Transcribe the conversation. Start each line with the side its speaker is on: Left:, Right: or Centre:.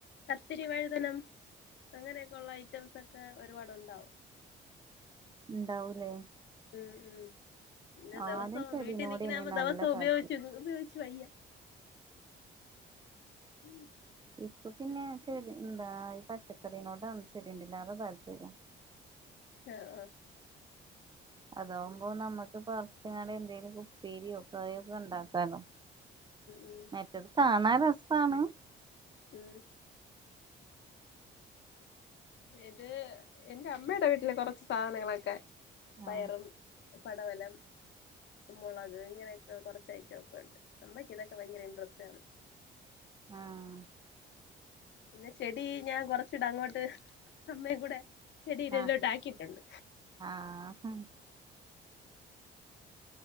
Left: കക്കരി വയതനാ അങ്ങനെക്കൊള്ള ഐറ്റംസൊക്കെ ഒരുപാട് ഉണ്ടാഉ
Right: ണ്ടാവൂലെ
Left: ഉം ഉം പിന്നെ
Right: ആദ്യം
Left: ദിവസവും
Right: ചെടിനോടേനി
Left: വീട്ടിൽ നിക്ക്‌ന്നാഉമ്പോ
Right: നല്ല
Left: ദിവസം ഉപയോഗിച്ചു
Right: താല്പര്യം
Left: ഉപയോഗിച്ചു വയ്യ ഉം
Right: ഇപ്പ പിന്നെചെടി ന്താ ഈ പച്ചക്കറിനോട് ആണ് ചെടിന്റെയ്ലാറെ താല്പര്യം
Left: ഏ അ
Right: അതാവുമ്പോ നമ്മക്ക് പർ ഞ്ഞാന് എന്തെലുക്കെ ഉപ്പേരിയോ കായൊക്കെ ണ്ടാക്കാർന്നു
Left: ഉം
Right: മറ്റത് കാ ന്നാ രസാണ്
Left: ഉം ഇത് എൻ ന്റെ അമ്മേട് വീട്ടില് കൊറച്ച് സാധനങ്ങളക്കെ
Right: ആഹ്
Left: പയറും
Right: ആഹ്
Left: പടവലം മൊളക് ഇങ്ങനെയൊക്കെ കൊറച് സൈറ്റൊക്കെണ്ട് അമ്മയ്ക്കിതൊക്കെ ഭയങ്കര ഇൻട്രസ്റ്റാണ്
Right: ആഹ്
Left: ഇന്ന് ചെടീ ഞാൻ കൊറച്ചൂടങ്ങോട്ട് അമ്മേം കൂടെ ചെടി ഇതിലോട്ട്
Right: ആഹ്
Left: ആക്കിട്ടൊണ്ട്
Right: ആഹ്